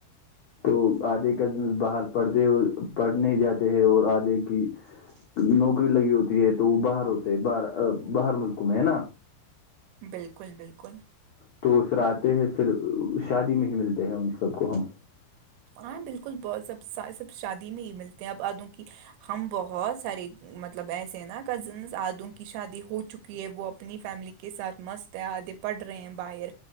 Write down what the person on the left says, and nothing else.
تو آدھے کازنس باہر پڑھتے ہو پڑھنے جاتے ہے اور آدھے کی نوکری لگی ہوتی ہے تو وہ باہر ہوتے باہر باہر ملکوں میں ہے نا
تو پھر آتے ہیں پھر شادی میں ہی ملتے ہیں ان سب کو ہم